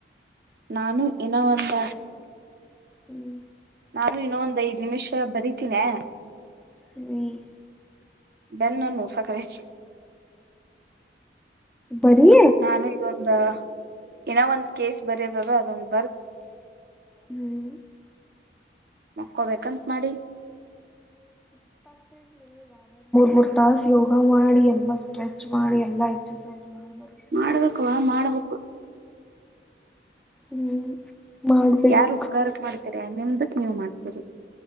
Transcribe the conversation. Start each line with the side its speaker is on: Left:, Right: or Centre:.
Right: ನಾನು ಇನವಂದ
Centre: ಹ್ಮ್
Right: ನಾನು ಇನ್ನೊ ಒಂದ್ ಐದ್ ನಿಮಿಷ ಬರತೀನೀಯ
Centre: ಅ <inaudible>
Right: ಬೆನ್ನುನುಸಾಕ್ರಿಸಿ
Centre: ಬರಿ
Right: ನಾನು ಇದೊಂದ ಏನೋ ಒಂದ್ ಕೇಸ್ ಬರೋದ ಅದ ಅದೊಂದು
Centre: ಹ್ಮ್
Right: ಮಕ್ಕೊಬೇಕಂತ ಮಾಡಿ
Centre: ಮುರ್ತಾಸ ಯೋಗ ಮಾಡಿ ಎಲ್ಲಾ ಸ್ಟ್ರೆಚ್ ಮಾಡಿ ಎಲ್ಲಾ ಎಕ್ಸಸೈಸ್ ಮಾಡ್ಬಾರ
Right: ಮಾಡ್ಬೇಕುವ ಮಾಡ್ಬೇಕು
Centre: ಹ್ಮ್ ಮಾಡ್ಬೇಕ
Right: ಯಾರು ಉಪಕಾರಾರಕ್ ಮಾಡ್ತೀರ ನಿಮ್ದಕ್ ನೀವ್ ಮಾಡ್ತೀರಿ